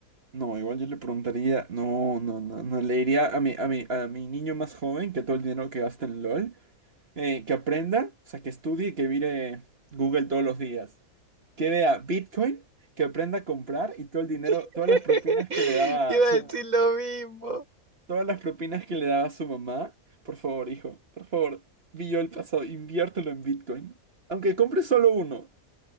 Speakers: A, on the right; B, on the right.
A: No, igual yo le preguntaría, no, no, no, no, le diría a mi, a mi, a mi niño más joven que todo el dinero que gasta en LOL, eh, que aprenda, o sea, que estudie y que vire Google todos los días, que vea Bitcoin, que aprenda a comprar y todo el dinero,
B: <laughs>
A: todas las propinas que le daba
B: Iba
A: su,
B: a decir lo mismo.
A: todas las propinas que le daba su mamá, por favor, hijo, por favor, vi yo el pasado, inviértelo en Bitcoin, aunque compre solo uno,